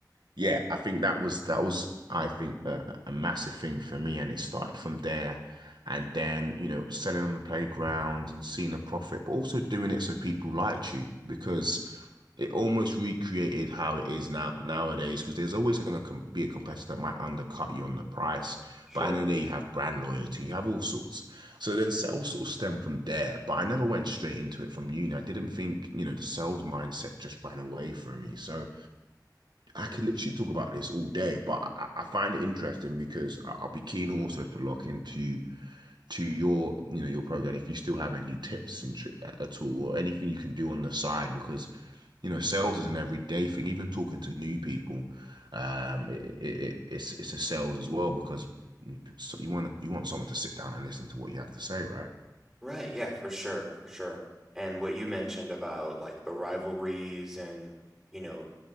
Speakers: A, on the right; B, in the centre.
A: yeah, I think that was that was I think a, a a massive thing for me, and it started from there, and then you know selling on the playground and seeing a profit, but also doing it so people liked you because it almost recreated how it is now nowadays because there's always going to com be a competitor that might undercut you on the price.
B: sure
A: But at the end you have brand loyalty, you have all sorts. So then sales sort of stemmed from there. But I never went straight into it from uni. I didn't think, you know, the sales mindset just ran away from me. So I could literally talk about this all day, but I, I find it interesting because I- I'll be keen also to lock into to your, you know, your program if you still have any tips and tr at all or anything you can do on the side because you know, sales is an everyday thing. Even talking to new people, um, it, it, it- it's it's a sales as well because you- so you want you want someone to sit down and listen to what you have to say, right?
B: Right, yeah, for sure, for sure. And what you mentioned about like the rivalries and, you know,